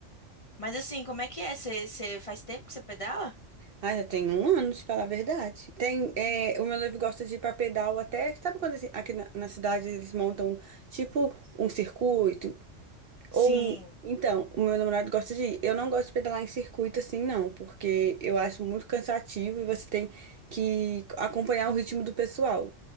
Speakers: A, on the left; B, on the right.
A: Mas assim, como é que é? Você, você faz tempo que você pedala?
B: Ah, já tem um ano, se falar a verdade. Tem, é, o meu noivo gosta de ir pra pedal até. Sabe quando assim, aqui na, na cidade eles montam tipo um circuito? Ou,
A: Sim.
B: um- então, o meu namorado gosta de ir. Eu não gosto de pedalar em circuito assim, não, porque eu acho muito cansativo e você tem que acompanhar o ritmo do pessoal.